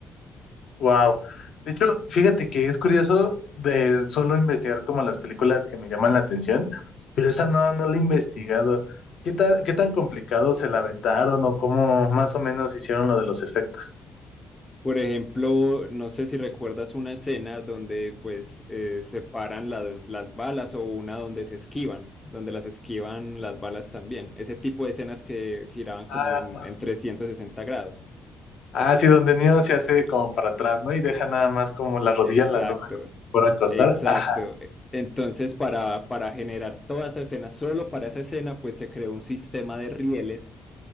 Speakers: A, on the left (about 65°); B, on the left (about 15°).
A: Wow. De hecho, fíjate que es curioso de solo investigar como las películas que me llaman la atención, pero esta no, no la he investigado. ¿Qué tan, qué tan complicado se la aventaron o cómo más o menos hicieron lo de los efectos?
B: Por ejemplo, no sé si recuerdas una escena donde pues eh, separan las, las balas o una donde se esquivan, donde las esquivan las balas también. Ese tipo de escenas que giraban como
A: Ah,
B: en, en 360 grados.
A: ah, sí, donde Neo se hace como para atrás, ¿no? Y deja nada más como las rodillas
B: Exacto,
A: las dobla como si acostar.
B: exacto.
A: Ajá.
B: E, Entonces, para, para generar toda esa escena, solo para esa escena, pues se creó un sistema de rieles